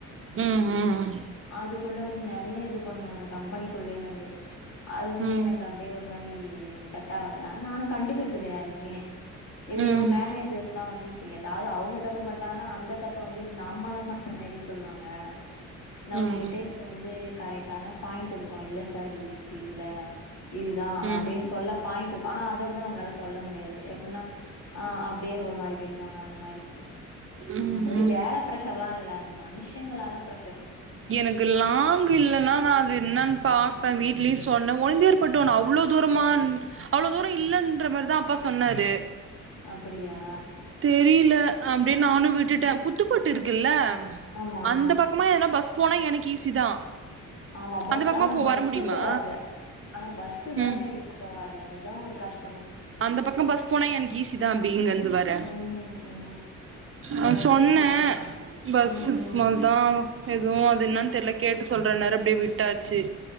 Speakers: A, on the right; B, on the left.
A: ம் ம் ம்
B: அதுக்குள்ள வந்து நெறைய இது பண்ணுவாங்க கம்பனிக்குள்ளயே வந்து அது
A: ம்
B: வந்து எனக்கு அப்டியே ஒரு மாரி செ ட்டாவாது அது நானு கண்டுக்கறதில்ல யாரையுமே எப்டினா
A: ம்
B: மேனேஜர்ஸ்லா வந்து இ ப்ப எதாவது அவங்க தப்பு பண்ட்டாங்கனா அந்த தப்ப வந்து நம்மதா பண்ண மாரி சொல்வாங்க. நம்மகிட்ட
A: ம்
B: இப்ப வந்து கரெக்டான பாயிண்ட்டு இருக்கு இல்ல சார் இது இப்டி இல்ல இதுதா
A: ம்
B: அப்டின் சொல்ல பாய்ண்ட் இருக்கு ஆனா அத கூட நம்மளால சொல்ல முடியாது எப்புட்னா ஆ அப்டியே ஒரு மாரி பேசுவாங்க அந்த மாரி.
A: ம்
B: மத்தபடி
A: ம்
B: வேல பிரஷர்லா இல்ல அங்க மனுஷங்களால பிரஷ
A: எனக்கு லாங் இல்லனா நா அது என்னன் பாப்பேன்னு வீட்லயு சொன்னே ஒளுந்தையார்ப்பேட்ட என்ன அவ்ளோ தூரமா என் அவ்ளோ தூரோ இல்லன்ற மாரிதா அப்பா சொன்னாரு
B: அப்படியா
A: தெரியில அ ப்டியே நானு விட்டுட்டே புத்துப்பட்டு இருக்குல்ல ம்
B: ஆமா
A: அந்த பக்கமா எதனா பஸ் போன எனக்கு ஈஸி தா
B: ஆமா பஸ்
A: அந்த பக்கமா
B: ஆனா
A: போ
B: பஸு
A: வர முடியுமா
B: போவாது ஆனா பஸு தான்
A: ம்
B: ஜீவி போவா து அதுதான் ஒரு கஷ்
A: அந்த பக்கம் பஸ் போனா எனக்கு ஈஸி தான் அபி இங்கந்து வர
B: ம் ம்
A: ஆ
B: பஸ்ஸு
A: சொன்னன்
B: போகாது
A: பஸு
B: ம் ம்
A: மதான் எதுவும் அது என்னான் தெர்ல கேட்டு சொல்றன்னாரு அப்டே விட்டாச்சி